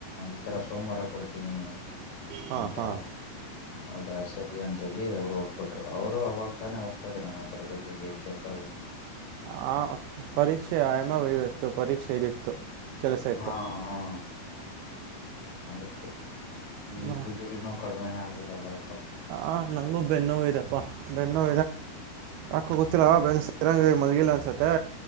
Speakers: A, on the left (about 70°); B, on the right (about 90°).
A: ಈತರ ಸೋಮವಾರ ಕೊಡ್ತೀನಿ
B: ಹಾ
A: ಅಂತ
B: ಹಾ
A: ಹೌದಾ ಸರಿ ಅಂತೇಳಿ ಅವ್ರು ಹೊಟ್ಬಿಟರು ಅವ್ರು ಅವಾಗ ತಾನೇ ಹೋಗ್ತಾ ಇದ್ರ ಉರಗತಿಗೆಕ್ಸಪ
B: ಹಾ ಪರಿಕ್ಷೆ ಆಾಮ ಭ ವತ್ತು ಪರಿಕ್ಷೆ ಇ ಇತ್ತು ಕೆಲಸ ಇತ್ತು
A: ಹಾ ಹಾ ಅದಕ್ಕೆ ಈ
B: ಮ-
A: ಭುಜುಗಳನೋ ಕಡಿಮೆನೇ ಆಗಿಲ್ಲಲ್ವ
B: ಆ ನಂಗೂ ಬೆನ್ನೋ ಇದಪ್ಪ ಬೆನ್ನೋ ಅಕ್ಕ ಗೊತ್ತಿಲ್ಲ
A: ಹ್ಮ
B: ಬೆರಂಗಿ ಮಲ್ಗಿಲ್ಲ ಅನ್ಸತ್ತೆ